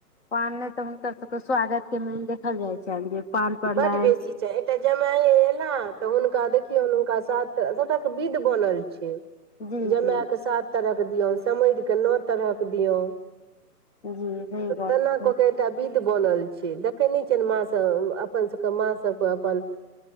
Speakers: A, on the left; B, on the right.
A: पान नहि तऽ हुनकर सभके स्वागत के मेन देखल जाइ छनि जे पान परलनि
B: बड बेसी च एकटा जमाए एला त हुनका देखियौ हुनका साथ सटाके विध बनल छै
A: जी
B: जमाएके
A: जी
B: सात तरहक दियौ समैध कऽ नओ तरहक दियौ
A: जी सही गप
B: तेना
A: छै
B: कऽ के एकटा विध बनल छै देखै नहि छियनि म अपन सबके मा सकूँ अपन